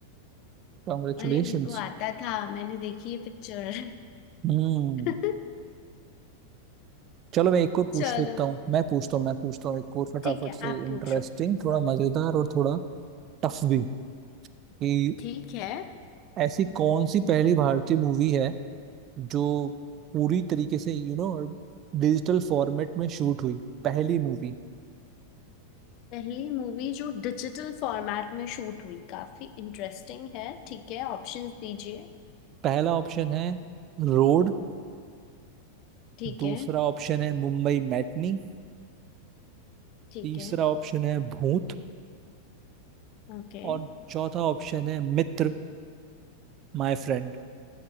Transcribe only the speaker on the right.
कॉन्ग्रेचुलेशंस
हम्म
चलो मैं एक और
पूछ लेता हूँ मैं पूछता हूँ मैं पूछता हूँ एक और फटाफट
से
इंटरेस्टिंग
थोड़ा मजेदार और थोड़ा टफ भी कि
ऐसी कौन सी पहली भारतीय मूवी है जो पूरी तरीके से यू नो डिजिटल फॉर्मेट में शूट हुई पहली मूवी
पहला ऑप्शन है रोड
दूसरा
ऑप्शन है मुंबई मैटनी
तीसरा
ऑप्शन है भूत
और चौथा ऑप्शन है Mitr my friend